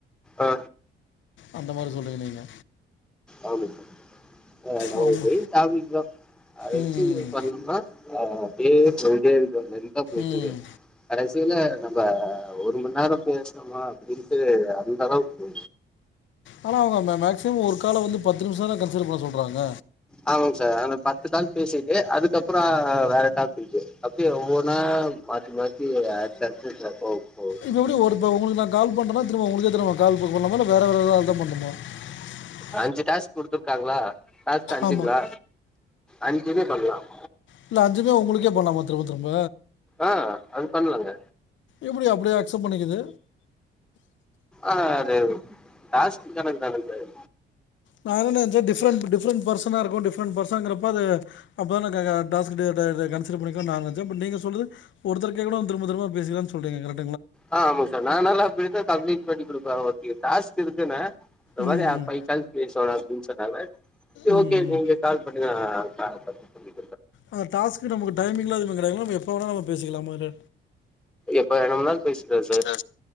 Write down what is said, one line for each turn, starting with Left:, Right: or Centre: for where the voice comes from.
Centre: ஆ
Left: அந்த மாரி சொல்ரிங்க நீங்க
Centre: ஆவுதி <unintelligible> ஆஹ் நம்ம
Left: ஓ உங்க
Centre: மெயின் டாபிக் தான் அத
Left: ம்
Centre: வச்சு பண்ணும்மா அஹ் அப்படியே சொல்லிட்டேரு லெந்தா போயிடருகு
Left: ம்
Centre: கடைசீல நம்ப ஒரு மணி நேரம் பேசணோமா அப்படின்ட்டு அந்த அளவுக்கு
Left: ஆனா அவங்க மேக்சிமம் ஒரு கால வந்து பத்து நிமிஷம் தா கன்சிடர் பண்ண சொல்றாங்க
Centre: ஆமாங்க சார் ஆனா பத்துநாள் பேசிட்டு அதுக்கப்பற வேறடாப்பிக் அப்படியே ஒவ்வொனா மாத்தி மாத்தி அடுத்த போக போக
Left: இதோடொருபவுனுதா <unintelligible> கால் பண்ற உங்களுக்கு கால் பலாம ந வேற வேறதாவது தான் பண்ணிருந்தோமா <unintelligible>
Centre: ஐஞ்சு டாஸ்க் குடுத்துருக்காங்களா டாஸ்க் ஐஞ்சுங்களா
Left: ஆமாம்
Centre: ஐஞ்சுமே பண்ணலாம்
Left: இல்ல அஞ்சுமே உங்களுகே போனொம திரும்ப திரும்ப
Centre: ஆ அது பண்ணலாங்க
Left: எப்டி அப்டியே அக்செப்ட் பண்ணிக்குது?
Centre: ஆ அது டாஸ்க் கனக்கு தானடறு
Left: நான என்ன நஞ்ச டிஃப்ரெண்ட் டிஃரெண்ட பெர்சனா இருக்கும் டிஃப்ரெண்ட்ர்சனங்கறப்பஅது அப்த க க டாஸ்கு அ ப க கன்சிடர் பண்ணிக்கோ ந நினச்சேன் பட் நீங்க சொன்னது ஒருத்தருக்கே கூட திரப திரபா பேசிக்கலாம் சொல்ரீங்க கர்ட்
Centre: ஆ முஸ நானால பித கம்ப்பண்ணி அ ஓகே டாஸ்க் இருக்குன்ன அ
Left: ம்
Centre: மாரிய
Left: ம்.
Centre: பை <unintelligible> கால் சொல்லணும்னு சொன்னாங்க சரி
Left: ம்
Centre: ஓகே
Left: ம்.
Centre: நீங்க கால் பண்ணங் அஅ <unintelligible>
Left: அத டாஸ்க் நமக்கு டைமிங்லா எதுவும் கிடயாதுலங் இப்போவோன நம்ம பேசிக்கலாமாரி
Centre: எப்ப வேணும்னாலு பேசிக்கலா சார்
Left: அ